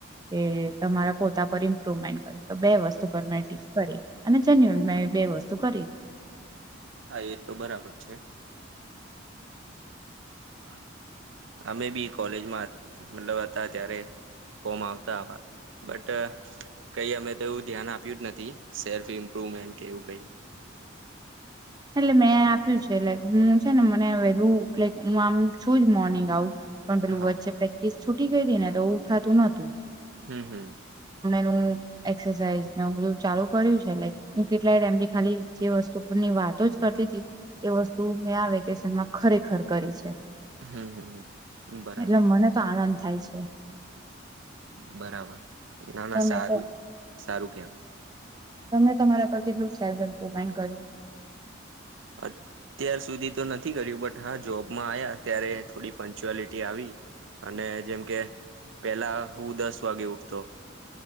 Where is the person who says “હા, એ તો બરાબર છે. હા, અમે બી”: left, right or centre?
Right